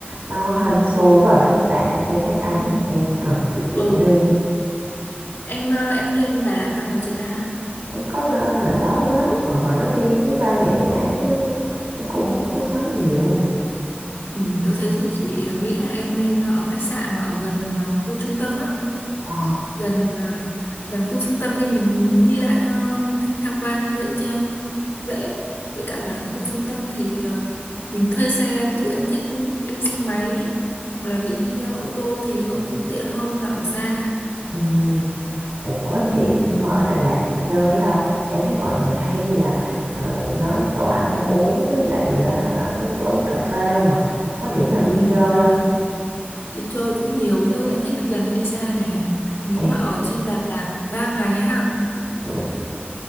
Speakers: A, on the right; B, on the left.
A: nó hên xui quá ở Khách sạn đi cho chắc ăn
B: ừ.
A: em cần sự tiện
B: Ồ,
A: nghi.
B: em ờ, em lên Đà Lạt bao giờ chưa ta?
A: Em có lên mà lâu lắm, hồi hồi đó đi với ba mẹ
B: Ờ,
A: chứ em cũng
B: ờ.
A: không có nhớ nhiều.
B: Ừ, nếu thế thì chị nghĩ là em nên ở khách sạn mà ở gần à, khu trung tâm á,
A: Ờ,
B: gần à, gần khu trung tâm đi mình đi lại cho tham tham quan cho dễ cho dễ. Với cả là khu trung tâm thì à, mình thuê xe, ví dụ em thích đi xe máy hoặc là đi à, ô tô thì cũng cũng tiện hơn là ở xa.
A: ừm. Ủa
B: Ừ.
A: chị, nhưng mà ở Đà Lạt thì chơi ở đâu? Em thấy mọi người hay là ờ, nói chỗ ăn uống với lại ờ, hả chỗ uống cà phê không mà. Có điểm nào đi
B: Ừ.
A: chơi không?
B: Đi chơi cũng nhiều chứ em thích đi gần hay đi xa nè. Nếu
A: Em
B: mà ở trên Đà Lạt 3 ngày ha
A: ừ.